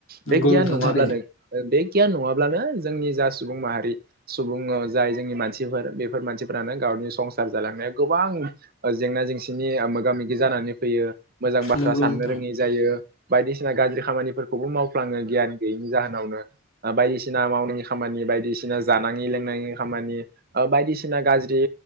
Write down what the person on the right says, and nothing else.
बे गियान
नङाब्लानो
बे गियान नङाब्लानो जोंनि जा सुबुं माहारि सुबुं ओ जाय जोंनि मानसिफोर बेफोर मानसिफोरानो गावनि संसार जालांनाया गोबां जेंना जेंसिनि मोगा मोगि जानानै फैयो मोजां बाथ्रा
साननो
रोङि जायो बायदिसिना गाज्रि खामानिफोरखौबो मावफ्लाङो गियान गैयैनि जाहोनावनो बायदिसिना मावनाङि खामानि बायदिसिना जानाङि लोंनायनि खामानि बायदिसिना गाज्रि